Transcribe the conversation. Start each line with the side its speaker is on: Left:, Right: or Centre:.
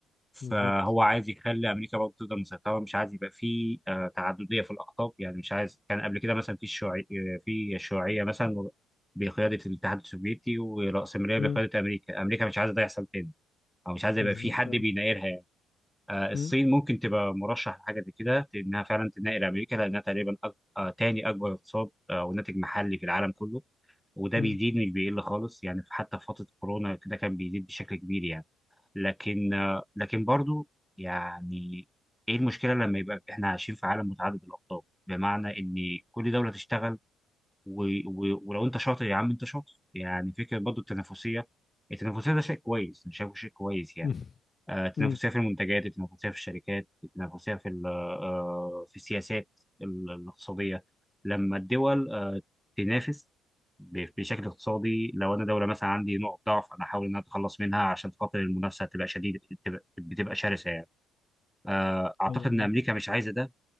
Centre: فهو
Left: بالظبط
Centre: عايز يخلي امريكا برضه تقدر مسيطره مش عايز يبقى في آه، تعدديه في الاقطاب يعني مش عايز كان قبل كده مثلا في الشيوعي آه، في الشيوعيه مثلا بقياده الاتحاد السوفيتي والرأسمالية
Left: مم،
Centre: بقياده امريكا امريكا مش عايزه ده يحصل تاني او مش عايزه
Left: بالظبط
Centre: يبقى في حد
Left: اه
Centre: بينايرها يعني آه، الصين
Left: مم،
Centre: ممكن تبقى مرشح لحاجه زي كده انها فعلا تناير امريكا لانها تقريبا أك... آه، تاني اكبر اقتصاد آه، وناتج محلي في العالم كله وده
Left: مم،
Centre: بيزيد مش بيقل خالص يعني حتى في فتره كورونا كده كان بيزيد بشكل كبير يعني لكن آه، لكن برضو يعني ايه المشكله لما يبقى احنا عايشين في عالم متعدد الاقطاب بمعنى ان كل دوله تشتغل و... و... ولو انت شاطر يا عم انت شاطر يعني فكره برضو التنافسيه التنافسيه ده شيء كويس انا شايفه شيء كويس يعني
Left: <laughs> مم،
Centre: آه، التنافسية
Left: مم.
Centre: في المنتجات التنافسية في الشركات التنافسية في ال- آه، في السياسات ال- الاقتصادية لما الدول آه، تنافس ب- بشكل اقتصادي لو انا دوله مثلا عندي نقط ضعف انا احاول ان انا اتخلص منها عشان خاطر المنافسه تبقى شديده تبقى بتبقى شرسه يعني آه، اعتقد
Left: ايوه
Centre: ان امريكا مش عايزه ده